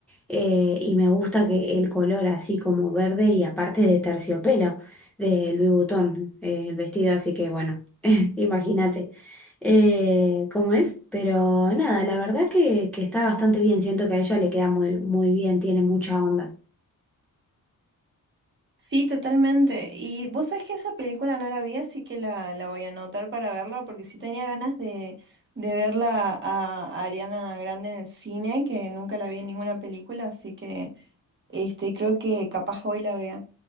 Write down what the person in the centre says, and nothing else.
eh, y me gusta que el color así como verde y aparte de terciopelo de Louis Vuitton, eh, el vestido, así que bueno, <laughs> imagínate eh, cómo es, pero nada, la verdad que, que está bastante bien, siento que a ella le queda muy, muy bien, tiene mucha onda.